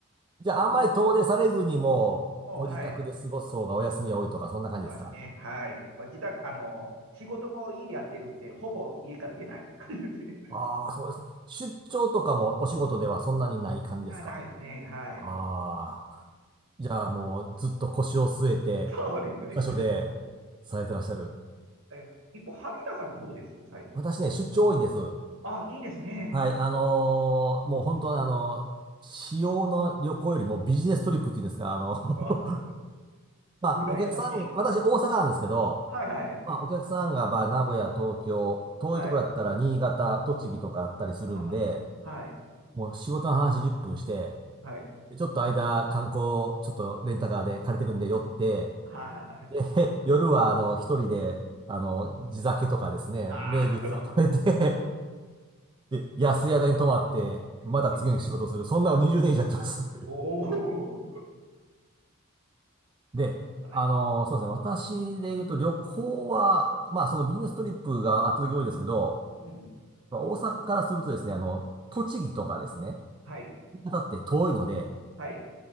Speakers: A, on the right; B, on the right.
A: じゃあ、
B: こう、
A: あんまり遠出されずにもう、
B: もう、
A: ご自宅で過ごす方がお休みが多いとか、
B: はい。
A: そんな感じですか
B: そうですね。はい。まあ自宅、あの、仕事も家でやってるんで、ほぼ家から出ないみたいな感じですね。
A: ああ、そうですか。出張とかもお仕事ではそんなにない感じですか
B: <laughs> あ、ないですね。はい。
A: ああじゃあもうずっと腰を据えて、
B: そうですね。
A: 一箇所でされてらっしゃる。
B: え、一方、萩田さんもどうです最
A: 私ね、出張多いんです。は
B: あ、いいですね。
A: い、あのーもう本当にあのー私用の旅行よりもビジネストリップっていうんですか、あの
B: <laughs> あ、
A: <laughs> まあ、
B: 羨ましい。
A: お客さん、私大阪なんですけど、
B: はいはい。
A: まあ、お客さんが、まあ、名古屋、東京、遠いところだったら新潟、
B: はい。
A: 栃木とかあったりするんで、
B: はあ、はい。
A: もう仕事の話10分して、
B: はい。
A: でちょっと間、観光、ちょっとレンタカーで借りてるんで寄って、
B: はいはいはい
A: で、<laughs> 夜は、あの、一人で、あの、地酒とかですね、
B: はあはいはいはいはいあ
A: 名物を食べて、<laughs> で、安い宿に泊まって、また次の日仕事をする。
B: あ、<laughs> いいです。
A: そんなの20年以上やってます。<laughs>
B: おお、
A: で、
B: なんか素晴らしい。
A: あの、そうですね、私で言うと旅行は、まあ、そのビジネストリップが圧倒的に多いですけど、
B: うん。うん。
A: まあ、大阪からするとですね、あの、
B: はい。
A: 栃木とかですね、
B: はい。
A: だって遠いので、
B: はい。